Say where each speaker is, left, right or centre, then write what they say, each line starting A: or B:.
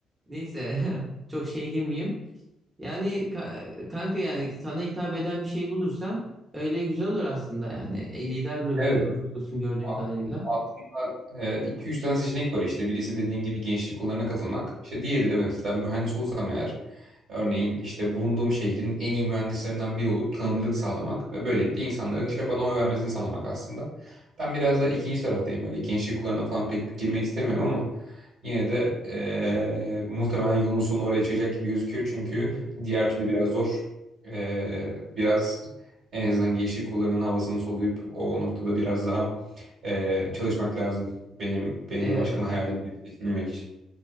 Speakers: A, on the right; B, on the right.
A: Neyse <laughs> çok şeye girmeyeyim. Yani ka- kanka yani sana hitap eden bir şey bulursan öyle güzel olur aslında yani. E, lider ruhu-
B: Evet.
A: ruhlusun gördüğüm
B: A-
A: kadarıyla.
B: Aslında 2-3 tane seçenek var işte. Birisi dediğin gibi gençlik kollarına katılmak. İşte diğeri de mesela mühendis olsam eğer örneğin işte bulunduğum şehrin en iyi mühendislerinden biri olup tanınırlık sağlamak ve böylelikle insanların işte bana oy vermesini sağlamak aslında. Ben biraz daha ikinci taraftayım böyle gençlik kollarına falan pek girmek istemiyorum ama yine de eee, muhtemelen yolun sonu oraya çıkacak gibi gözüküyor. Çünkü
A: <laughs>
B: diğer türlü biraz zor. Eee, biraz en azından gençlik kollarının havasını soluyup o noktada biraz daha e, çalışmak lazım. Benim belediye
A: Evet.
B: başkanı hayalimi gerçekleştirmek için.